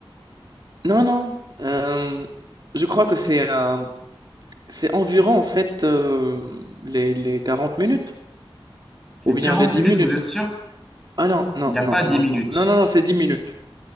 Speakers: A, on the right; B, in the centre.
A: Non, non. euh, je crois que c'est euh, C'est environ, en fait, euh, les, les 40 minutes
B: Les
A: ou bien
B: quarante
A: les 10
B: minutes,
A: minutes.
B: vous êtes sûr?
A: Ah non, non,
B: Il n'y a
A: non,
B: pas 10
A: non,
B: minutes.
A: non, non, non, non, c'est 10 minutes.